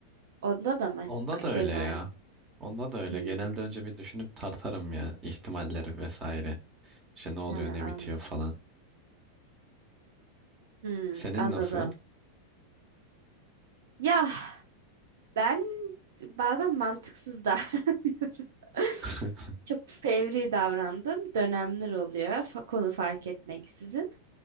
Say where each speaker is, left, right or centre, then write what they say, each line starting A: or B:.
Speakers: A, on the right; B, on the right.
A: onda da mı
B: Onda da
A: keza
B: öyle ya.
A: aynı?
B: Onda da öyle.
A: Hmm,
B: Genelde önce bir düşünüp tartarım ya ihtimalleri vesaire. İşte ne oluyor,
A: he, anla-
B: ne bitiyor falan.
A: Hmm,
B: Senin
A: anladım.
B: nasıl?
A: Ya ben bazen mantıksız davranıyorum. <laughs>
B: <laughs>
A: Çok fevri davrandım. Dönemler oluyor. fa- Konu fark etmeksizin.